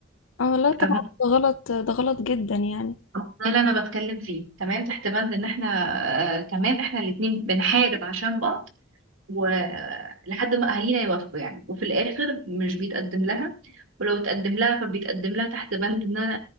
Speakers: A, on the left (about 80°); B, on the right (about 85°).
A: اه لا طبعا
B: فاهمة؟
A: ده غلط ده غلط جدا يعني
B: ده اللي انا بتكلم فيه تمام تحت بند ان احنا آه تمام احنا الاتنين بنحارب عشان بعض ولحد ما اهالينا يوافقوا يعني وفي الاخر مش بيتقدم لها ولو اتقدم لها فبيتقدم لها تحت بند ان انا